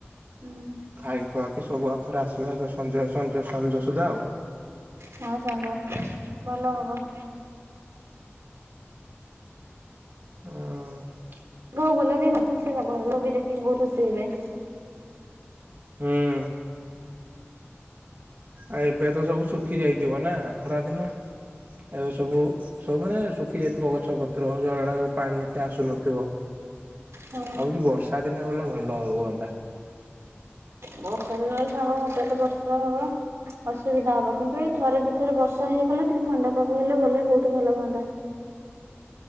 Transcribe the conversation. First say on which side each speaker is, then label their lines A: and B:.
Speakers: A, on the right (about 80°); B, on the right (about 45°).
A: ହୁଁ।
B: ଖାଇ ଖୁଆକି ସବୁ ଆଉ ଥରେ ଆସିବା ସଞ୍ଜ ସଞ୍ଜ ସଞ୍ଜ ସୁଦ୍ଧା ଆଉ।
A: ହଁ ସାଙ୍ଗ ଭଲ ହବ।
B: ହଁ।
A: ଆଉ ଗଲେ ବି ଖାଲି ଖୁସି ହେବା ଘର ଲ ବି ଦେଖିକି ବହୁତ ଖୁସି ହେବେ।
B: ହୁଁ ଆଉ ଏବେ ତ ସବୁ ଶୁଖି ଯାଇଥିବ ନା ଖରା ଦିନ ଏବେ ସବୁ ସବୁ ମାନେ ଶୁଖି ଯାଇଥିବ ଗଛ ପତ୍ର ଝରଣା ଯୋଉ ପାଣି ଏତେ ଆସୁନଥିବ
A: ହଁ।
B: ଭାବୁଛି ବର୍ଷା ଦିନେ ଗଲେ ଭଲ ହୁଅନ୍ତା।
A: ବର୍ଷା ଦିନରେ ସାଙ୍ଗ ହଟାତ ବର୍ଷା ହବ। ଅସୁବିଧା ହବ କିନ୍ତୁ ଏଇ ଥରେ ଦିଇଥର ବର୍ଷା ହେଇଗଲେ ଟିକେ ଥଣ୍ଡା ପାଗ ହେଲେ ଗଲେ ବହୁତ ଭଲ ହୁଅନ୍ତା।